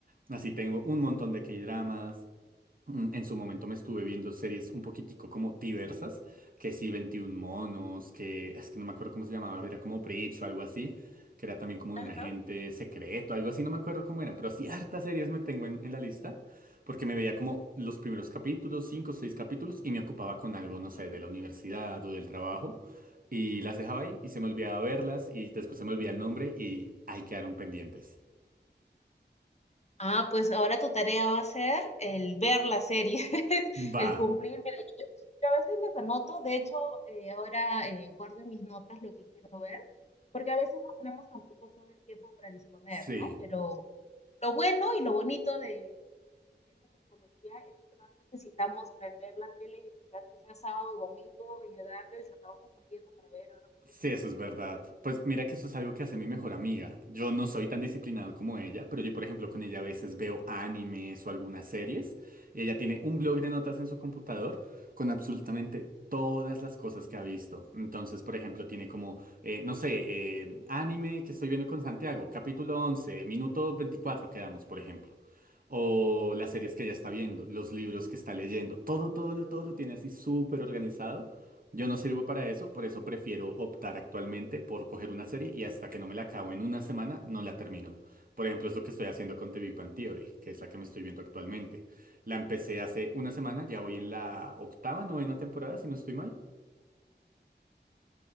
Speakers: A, on the right (about 50°); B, on the left (about 35°).
A: Así tengo un montón de K-dramas, Mm, En su momento me estuve viendo series un poquitico como diversas, que sí, 21 monos, que es que no me acuerdo cómo se llamaba, era como Breach o algo así, que era también como
B: Ajá,
A: de un agente secreto, algo así, no me acuerdo cómo eran, pero sí, hartas series me tengo en, en la lista, porque me veía como los primeros capítulos, cinco o seis capítulos, y me ocupaba con algo, no sé, de la universidad o del trabajo, y las dejaba ahí y se me olvidaba verlas, y después se me olvidaba el nombre y ahí quedaron pendientes.
B: Ah, pues ahora tu tarea va a ser el ver las series, <laughs>
A: Va,
B: el cumplir. Mira, yo, yo a veces las anoto, de hecho, eh, ahora eh, guardo en mis notas lo que quiero ver, porque a veces no tenemos tampoco todo el tiempo para disponer,
A: sí.
B: ¿no? Pero lo bueno y lo bonito de, de esa tecnología es que no necesitamos prender la tele y esperar que sea sábado o domingo y llegar del trabajo corriendo para ver ahora mismo
A: Sí,
B: en
A: eso
B: cualquier
A: es verdad.
B: momento.
A: Pues mira que eso es algo que hace mi mejor amiga. Yo no soy tan disciplinado como ella, pero yo, por ejemplo, con ella a veces veo animes o algunas series. Y ella tiene un blog de notas en su computador con absolutamente todas las cosas que ha visto. Entonces, por ejemplo, tiene como, eh, no sé, eh, anime que estoy viendo con Santiago, capítulo 11 minuto 24 quedamos, por ejemplo. O las series que ella está viendo, los libros que está leyendo. Todo, todo, lo- todo lo tiene así súper organizado. Yo no sirvo para eso, por eso prefiero optar actualmente por coger una serie y hasta que no me la acabo en una semana, no la termino. Por ejemplo, es lo que estoy haciendo con The Big Bang Theory, que es la que me estoy viendo actualmente. La empecé hace una semana, ya voy en la octava, novena temporada, si no estoy mal.